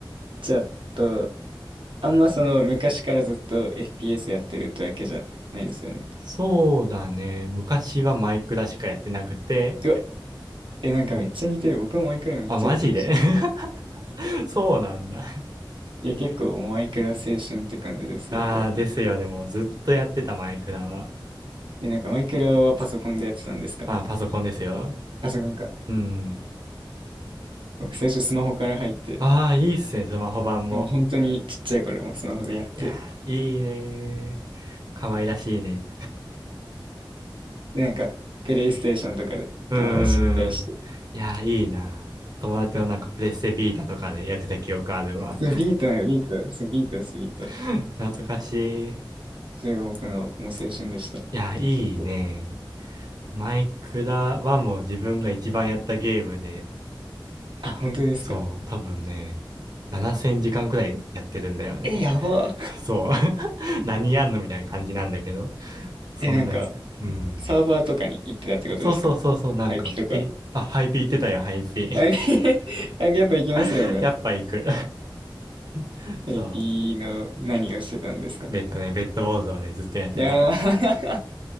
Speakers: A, on the right; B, on the right.
A: じゃあ、と、あんまその、昔からずっと FPS やってるってわけじゃないですよね。
B: そうだね。昔はマイクラしかやってなくて、
A: うわ、え、なんかめっちゃ似てる。
B: お
A: 僕もマイクラめっちゃやってました。
B: あ、マジで <laughs> そうなんだ。
A: いや、結構もうマイクラ青春って感じです、
B: ああ、
A: 僕は。
B: ですよね。もうずっとやってたマイクラは。
A: え、なんかマイクラはパソコンでやってたんですか
B: あー、パソコンですよ。
A: パソコンか。
B: うん。
A: 僕最初スマホから入って、
B: ああ、いいっすね、スマホ版も。
A: でも本当にちっちゃい頃もスマホでやって、
B: いやー、いいねー。可愛らしいね。
A: で、なんか、プレイステーションとかで友達とやったりして、
B: うーん。いやー、いいなー。友達のなんかプレステビータとかでやってた記憶あるわ。
A: そう、ビートなの、ビート、そう、ビートです、ビート。
B: <laughs> 懐かしい。
A: それが僕のもう青春でした。
B: いやー、いいねー。
A: 結構。
B: マイクラはもう自分が一番やったゲームで、
A: あ、本当ですか
B: そう、多分ね、7000時間くらいやってるんだよね。
A: え、やば。
B: <laughs> そう。<laughs> 何やんのみたいな感じなんだけど。そんなけ、
A: え、なんか、
B: うん。
A: サーバーとかに行ってたってことですか
B: あ、そうそうそうそう、なんか、
A: ?IP とか。
B: ピ、あ、ハイピー言ってたよ、ハイピ
A: IP、<laughs> IP やっぱ行きますよね。
B: ー。<laughs> やっぱ行く。<laughs> そう。
A: IP の何をしてたんですか
B: ベッドね、ベッド坊主ーをね、ずっとやってた。
A: いやー